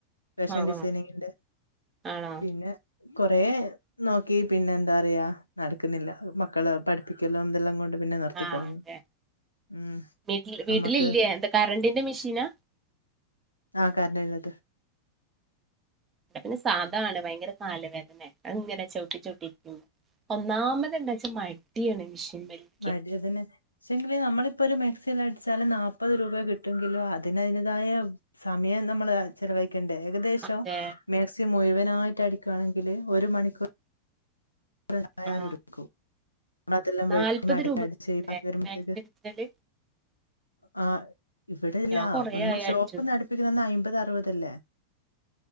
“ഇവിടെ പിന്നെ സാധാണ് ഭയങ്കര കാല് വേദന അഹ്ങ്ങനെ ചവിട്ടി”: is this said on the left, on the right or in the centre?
Right